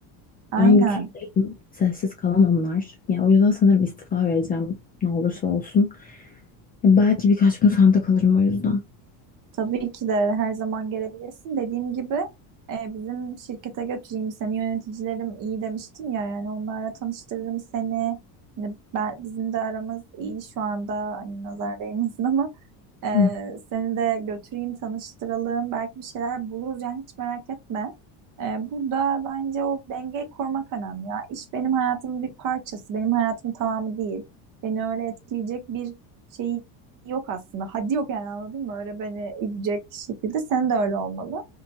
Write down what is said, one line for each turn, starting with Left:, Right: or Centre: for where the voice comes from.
Right: Aynen.
Left: Ben güçlü değilim, sessiz kalan onlar. Ya o yüzden sanırım istifa vereceğim ne olursa olsun. Ya belki birkaç gün sende kalırım o yüzden.
Right: Tabii ki de her zaman gelebilirsin. Dediğim gibi e, bizim şirkete götüreyim seni yöneticilerim iyi demiştim ya yani onlarla tanıştırırım seni. Hani ben, bizim de aramız iyi şu anda hani nazar değmesin ama Ee,
Left: Hı.
Right: seni de götüreyim, tanıştıralım. Belki bir şeyler buluruz. Yani hiç merak etme. Ee, burada bence o dengeyi korumak önemli ya. İş benim hayatımın bir parçası. Benim hayatımın tamamı değil. Beni öyle etkileyecek bir şey yok aslında. Hadi yok yani anladın mı? Öyle beni üzecek şekilde sen de öyle olmalı.